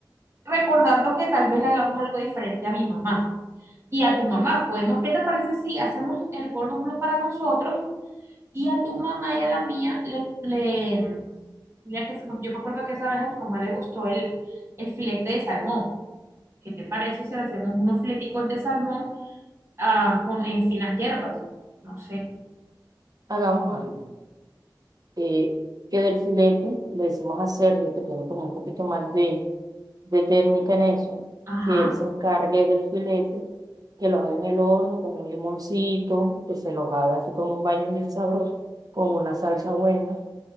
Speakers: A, on the right; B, on the right.
A: recordando que tal vez le hagamos algo diferente a mi mamá y a tu mamá. Podemos, ¿qué te parece si hacemos el Gordon Blue para nosotros Y a tu mamá y a la mía le, le mira que yo me acuerdo que esa vez a tu mamá le gustó el, el filete de salmón. ¿Qué te parece si le hacemos unos fleticos de salmón ah, con, en finas hierbas? No sé.
B: Hagamos algo. Eh, que del filete le decimos a Sergio, que tiene como un poquito más de, de técnica en eso,
A: Ajá.
B: que él se encargue del filete, que lo haga en el horno con un limoncito, que se los haga así con un baño bien sabroso, con una salsa buena.